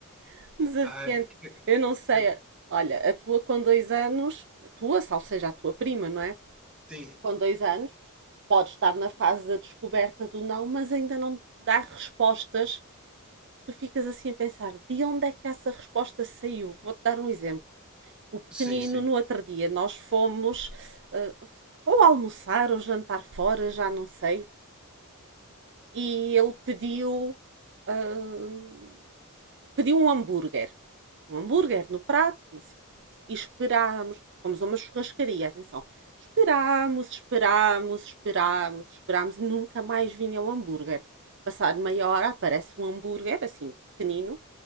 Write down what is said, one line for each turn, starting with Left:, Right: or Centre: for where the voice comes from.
Right: <laughs> desafiante.
Centre: Ai, que-
Right: Eu não sei,
Centre: é que-
Right: olha, a tua com dois anos, a tua, ou seja, a tua prima, não é?
Centre: sim,
Right: Com dois anos, pode estar na fase da descoberta do não, mas ainda não te dá respostas que tu ficas assim a pensar de onde é que essa resposta saiu. Vou-te dar um exemplo O pequenino,
Centre: sim, sim.
Right: no outro dia, nós fomos eh, ou almoçar ou jantar fora, já não sei, e ele pediu, eh, pediu um hambúrguer. Um hambúrguer no prato, não sei o quê. E esperámos, fomos a uma churrascaria, atenção. Esperámos, esperámos, esperámos, esperámos e nunca mais vinha o hambúrguer. Passado meia hora aparece um hambúrguer, assim, pequenino,